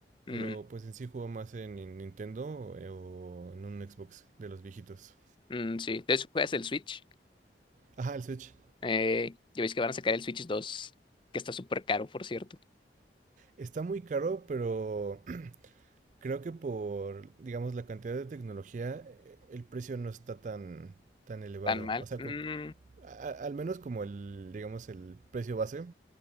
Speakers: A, on the left (about 30°); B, on the right (about 45°).
A: Mm,
B: pero pues en sí juego más en, en Nintendo eh, o en un Xbox de los viejitos.
A: mm, sí, de hecho juegas el Switch.
B: Ajá, el Switch.
A: Eh, ya veis que van a sacar el Switch dos? que está súper caro, por cierto.
B: Está muy caro, pero <clears throat> creo que por, digamos, la cantidad de tecnología, eh, el precio no está tan, tan elevado.
A: Tan mal.
B: O sea,
A: Mm,
B: co- a- a- al menos como el, digamos, el precio base.